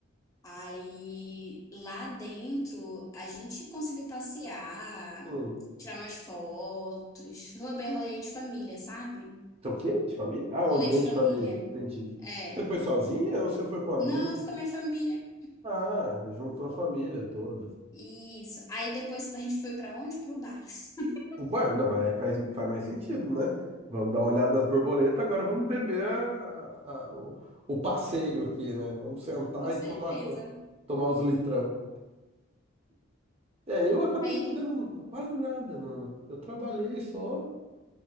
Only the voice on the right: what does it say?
hum.
Então, o quê? De família? Ah, um
ambiente
de
família, entendi.
Você foi sozinha ou você foi com um amigo?
Ah, juntou a família toda.
O bar, não, mas aí faz, faz mais sentido, né? Vamos dar uma olhada nas borboletas, agora vamos beber a- a- o, o passeio aqui, né? Vamos sentar
e tomar, to- tomar os litrão. É, eu acabei
não fazendo quase nada, mano. Eu trabalhei só